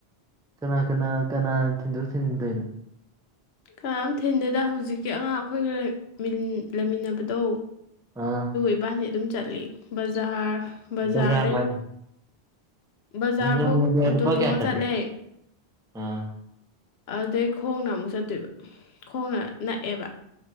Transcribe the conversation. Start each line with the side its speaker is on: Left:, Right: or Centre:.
Centre: ꯀꯅꯥ ꯀꯅꯥ ꯀꯅꯥ ꯊꯤꯟꯗꯣꯛ ꯊꯤꯟꯖꯤꯟꯗꯣꯏꯅꯣ
Left: ꯀꯅꯥꯝ ꯊꯤꯟꯗꯦꯗ ꯍꯧꯖꯤꯛꯀꯤ ꯑꯉꯥꯡ ꯑꯩꯈꯣꯏꯒꯔ ꯂꯩꯃꯤꯟꯅꯕꯗꯣ
Centre: ꯑꯥ
Left: ꯏꯕꯥꯗꯤ ꯑꯗꯨꯝ ꯆꯠꯂꯤ ꯕꯖꯥꯔ ꯕꯖꯥꯔꯗ
Centre: ꯕꯖꯥꯔ
Left: ꯕꯖꯥꯔ
Centre: ꯅꯣꯡꯃꯗ
Left: ꯐꯥꯎ ꯑꯣꯇꯣꯇꯣꯉ
Centre: ꯂꯨꯄꯥ ꯀꯌꯥ ꯆꯪꯒꯦ
Left: ꯆꯠꯂꯦ
Centre: ꯑꯥ
Left: ꯑꯗꯨꯗꯩ ꯈꯣꯡꯅ ꯑꯃꯨꯛ ꯆꯠꯇꯣꯏꯕ ꯈꯣꯡꯅ ꯅꯛꯑꯦꯕ